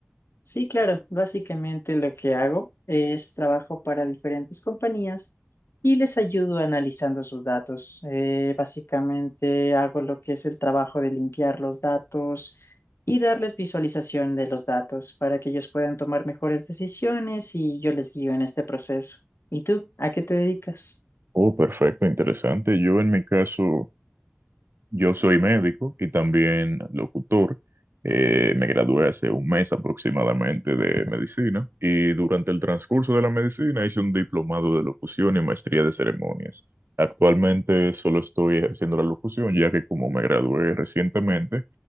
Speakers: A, on the left; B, on the right.
A: Sí, claro. Básicamente lo que hago es trabajo para diferentes compañías y les ayudo analizando sus datos. Eh, básicamente hago lo que es el trabajo de limpiar los datos y darles visualización de los datos para que ellos puedan tomar mejores decisiones y yo les guío en este proceso. ¿Y tú? ¿A qué te dedicas?
B: Oh, perfecto, interesante. Yo en mi caso Yo soy médico y también locutor. Eh, me gradué hace un mes aproximadamente de medicina y durante el transcurso de la medicina hice un diplomado de locución y maestría de ceremonias. Actualmente solo estoy ejerciendo la locución, ya que como me gradué recientemente,